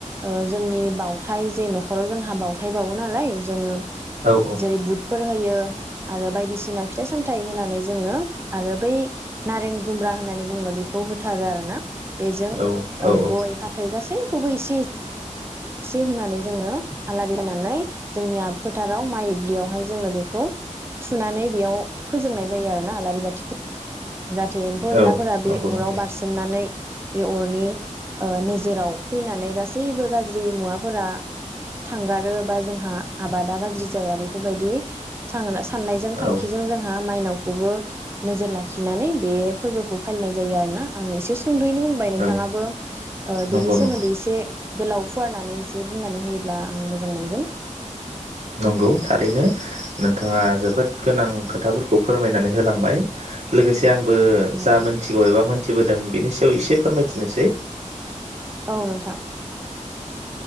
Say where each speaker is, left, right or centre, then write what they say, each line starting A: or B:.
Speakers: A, on the right; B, on the right.
A: ओ जोंनि बावथाय जे न'खराव जोंहा बावथाय बावो नालाय जोङो
B: औ औ
A: जेरै बुटफोर होयो आरो बायदिसिना फिथाइ सामथायाइ होनानै जोङो आरो बै नारें जुमब्रा होननानै बुङो बेखौ होथारो आरो ना बेजों ओ
B: औ औ औ
A: गय फाथै गासै खौबो एसे एसे एसे होनानै जोङो आलारि होनानै जोंनिया फोथाराव माइब्लियावहाय जोङो बेखौ थुनानै बेयाव फोजोंनाय जायो आरो ना आलारि बाथिखौ जाहाथे एम्फौ
B: औ
A: एनलाफोरा बे
B: नंगौ
A: अराव
B: नंगौ
A: बारसोमनानै बे अरनि ओ नोजोराव फैनानै गासैबो मुवाफोरा थांगारो बा जोंहा आबादा गाज्रि जाया बेफोरबायदि <unintelligible> साननायजों
B: औ
A: थांखिजों जोंहा माइनाव खौबो नोजोर लाखिनानै बे फोरबोखौ फालिनाय जायो आरोना आं एसे सुंद'यैनो बुंबाय नोंथाङाबो
B: औ
A: ओ
B: नंगौ
A: बेनि सोमोन्दै
B: नंगौ
A: एसे गोलाव फुवारनानै एसे बुंनानै होयो होनब्ला आं मोजां मोनगोन
B: नंगौ थारैनो नोंथाङा जोबोद गोनां खोथाफोरखौ फोरमायनानै होलांबाय लोगोसे आंबो
A: नंगौ
B: जा मोनथिगौ एबा मिथिबोदों बिनि थ एसे फोरमायथिनोसै
A: औ नोंथां